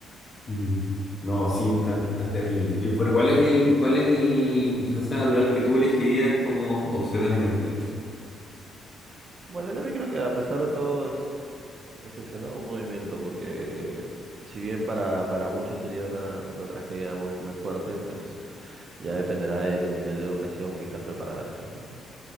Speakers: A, on the left; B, on the right.
A: Mm. No, sí, tan, tan terrible. Y bueno, ¿cuál es el, cuál es el desastre natural que tú elegirías como opcionalmente?
B: Bueno, yo también creo que a pesar de todo es, es ese, ¿no? Un movimiento, porque si bien para, para muchos sería una, una tragedia muy, muy fuerte, pues ya dependerá de tu nivel de educación y qué tan preparado estés, ¿no?